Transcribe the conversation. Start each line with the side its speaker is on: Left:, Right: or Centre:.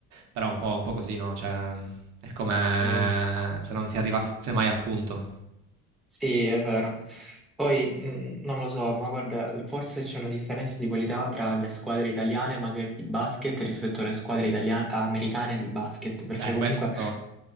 Right: però è un po', un po' così, no? Cioè, è come
Centre: Mm,
Right: se non si arrivasse mai al punto.
Centre: Sì, è vero. Poi mm, non lo so, ma guarda, forse c'è una differenza di qualità tra le squadre italiane magari di basket rispetto alle squadre italiane, americane di basket, perché
Right: Eh,
Centre: comunque
Right: questo